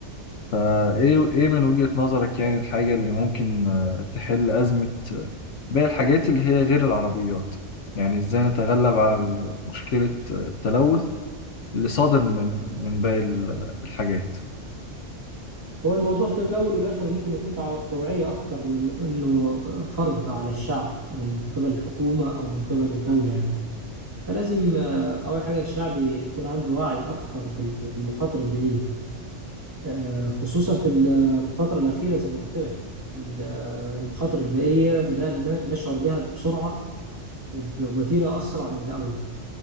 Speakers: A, on the left; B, on the right.
A: فإيه إيه إيه من وجهة نظرك يعني الحاجة اللي ممكن آه، تحل أزمة آه، باقي الحاجات اللي هي غير العربيات يعني إزاي نتغلب على ال- مشكلة التلوث اللي صادر من من باقي ال- الحاجات
B: هو الموضوع في الاول والاخر ممكن يكون تع- توعيه اكتر من انه فرض على الشعب من قبل الحكومه او من قبل الدوله يعني فلازم آه، اول حاجه الشعب يكون عنده وعي اكتر بال- بالمخاطر البيئيه آه، خصوصا في ال- في الفترة الأخيرة زي ما قلت لك ال- آه، المخاطر البيئية بدأنا ن- نشعر بها بسرعة وب- وبوتيرة أسرع من الأول